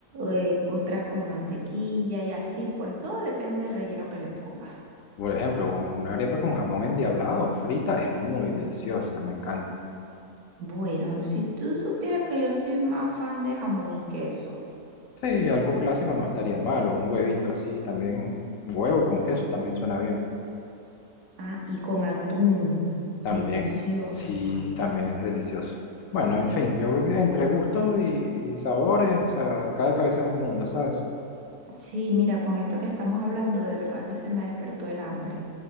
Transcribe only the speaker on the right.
eh, otras con mantequilla y así, pues todo depende del relleno que le pongas.
Bueno, si tú supieras que yo soy más fan de jamón y queso.
Ah, y con atún,
delicioso.
Sí, mira, con esto que estamos hablando, de verdad que se me despertó el hambre.